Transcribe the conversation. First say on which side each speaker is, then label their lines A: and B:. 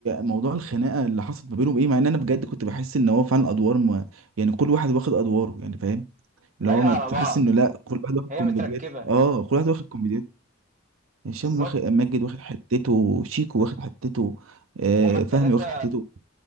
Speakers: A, on the right (about 75°); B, on the right (about 35°).
A: موضوع الخناقه اللي حصلت ما بينهم ايه مع ان انا بجد كنت بحس ان هو فعلا ادوار ما يعني كل واحد واخد ادواره يعني فاهم اللي
B: لايقه
A: هو ما
B: على
A: تحس
B: بعض
A: انه لا كل واحد واخد
B: هي
A: كوميدياته
B: متركبه
A: اه كل واحد واخد كوميدياته هشام
B: بالظبط
A: واخد ماجد واخد حتته شيكو واخد حتته آه
B: وهما التلاتة
A: فهمي واخد حتته